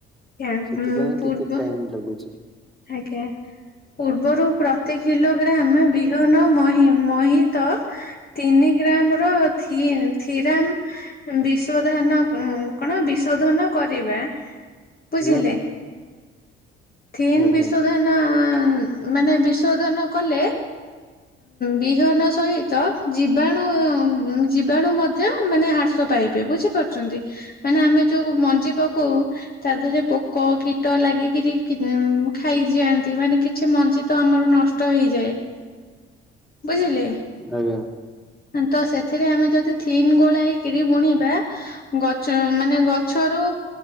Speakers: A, on the left; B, in the centre.
A: ଆଜ୍ଞା,
B: ସେଥିପାଇଁ
A: ଉଁ, ପୂର୍ବ
B: ଟିକେ ଟାଇମ ଲାଗୁଚି।
A: ଆଜ୍ଞା ପୂର୍ବରୁ ପ୍ରତି କିଲୋଗ୍ରାମ ବିହନ ମହି ମହିତ- - ତିନି ଗ୍ରାମ ର ଥି ଥିରାମ ବିଶୋଧାନ ଉ କଣ ବିଶୋଧନ କରିବା ବୁଝିଲେ?
B: ହୁଁ
A: ଥିନ୍
B: ଆଜ୍ଞା
A: ବିଶୋଧନ ମାନେ ବିଶୋଧନ କଲେ ବିହନ ସହିତ ଜୀବାଣୁ ଜୀବାଣୁ ମ ଧ୍ୟ ମାନେ ହ୍ରାସ ପାଇବେ ବୁଝିପାରୁଚନ୍ତି। ମାନେ ଆମେ ଯୋଉ ମଞ୍ଜି ପକଉ ତା ଦେହରେ ପୋକ, କୀଟ ଲାଗି କିରି- - ଉଁ ଖାଇଯାଆନ୍ତି ମାନେ କିଛି ମଞ୍ଜି ତ ଆମର ନଷ୍ଟ ହେଇଯାଏ। ବୁଝିଲେ?
B: ଆଜ୍ଞା
A: ତ ସେଥିରେ ଆମେ ଯଦି ଥିନି ଗୋଲେଇ କିରି ବୁଣିବା ଗଛ ମାନେ ଗଛରୁ